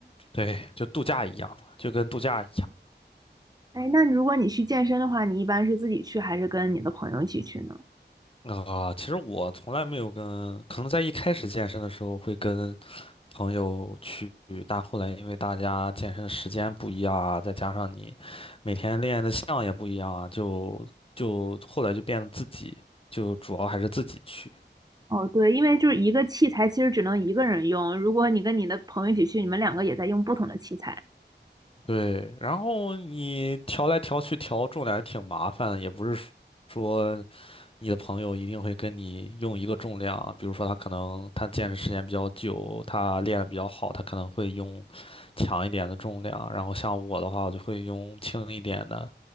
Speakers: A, on the left; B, on the right.
A: 对，就度假一样嘛，就跟度假一样。
B: 哎，那如果你去健身的话，你一般是自己去还是跟你的朋友一起去呢？
A: 啊，其实我从来没有跟，可能在一开始健身的时候会跟朋友去，但后来因为大家健身的时间不一样啊，再加上你每天练的项也不一样啊，就就后来就变得自己，就主要还是自己去。
B: 哦，对，因为就是一个器材其实只能一个人用，如果你跟你的朋友一起去，你们两个也在用不同的器材。
A: 对，然后你调来调去调重量也挺麻烦的，也不是说。你的朋友一定会跟你用一个重量啊比如说他可能他健身时间比较久，他练得比较好，他可能会用强一点的重量，然后像我的话，我就会用轻一点的